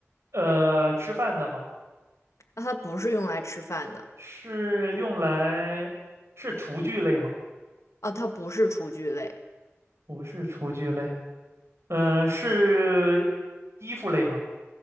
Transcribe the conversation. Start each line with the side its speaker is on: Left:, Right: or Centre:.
Right: 呃吃饭的吗？
Left: 那它不是用来吃饭的。
Right: 是用来是厨具类吗？
Left: 啊，它不是厨具类，
Right: 不是厨具类。呃，是衣服类吗？